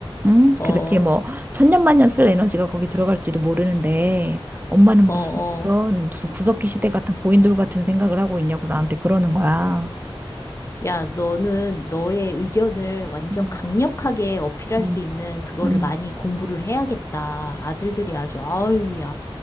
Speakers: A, on the right (about 20°); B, on the left (about 30°).
A: 응?
B: 어,
A: 그렇게 뭐 천년만년 쓸 에너지가 거기 들어갈지도 모르는데, 엄마는
B: 어,
A: 무슨
B: 어.
A: 그런 무슨 구석기 시대 같은 고인돌 같은 생각을 하고 있냐고 나한테 그러는 거야.
B: 야, 너는 너의 의견을 완전
A: 음,
B: 강력하게 어필할
A: 음,
B: 수 있는 그거를
A: 음.
B: 많이 공부를 해야겠다. 아들들이 아주, 아유, 야,